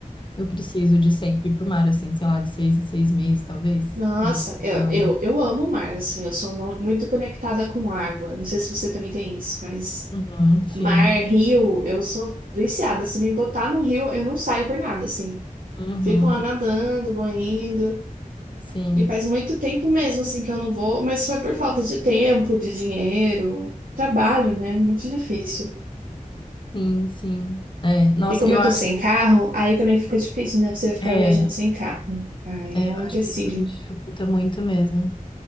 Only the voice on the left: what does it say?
Eu preciso de sempre ir pro mar, assim, sei lá, de seis em seis meses, talvez.
Uma vez por
ano.
Uhum, sim.
Uhum.
Sim,
sim, sim. É, nossa,
eu
acho
que,
é,
é,
eu acho
que isso dificulta muito mesmo.